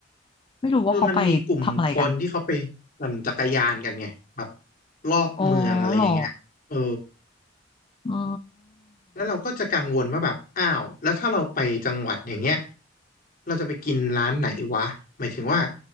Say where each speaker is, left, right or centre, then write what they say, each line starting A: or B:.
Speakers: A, on the left; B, on the left.
A: ไม่รู้ว่าเขาไปทำอะไรกัน
B: เออมันมีกลุ่มคนที่เขาไปปั่นจักรยานกันไงแบบรอบเมืองอะไรอย่างเงี้ยเออ
A: อ๋อเหรออ๋อ
B: แล้วเราก็จะกังวลว่าแบบอ้าวแล้วถ้าเราไปจังหวัดอย่างเงี้ยเราจะไปกินร้านไหนวะหมายถึงว่า